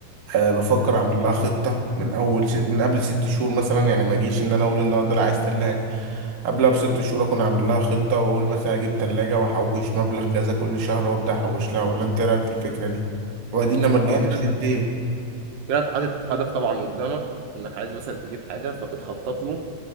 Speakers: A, on the right; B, on the right.
A: أه بفكر اعمل لها خطه من اول س... من قبل ست شهور مثلا يعني ما اجيش ان انا اقول النهارده لا عايز ثلاجه قبلها بست شهور اكون اعمل لها خطه واقول مثلا اجيب ثلاجه واحوش مبلغ كذا كل شهر وابدا احوش لها ولا انت إيه رايك في الفكره دي وبعدين لما رجعناش
B: هو كده انت
A: للدين
B: كده أنت حاطط هدف طبعا قدامك انك عايز مثلا تجيب حاجه فبتخطط له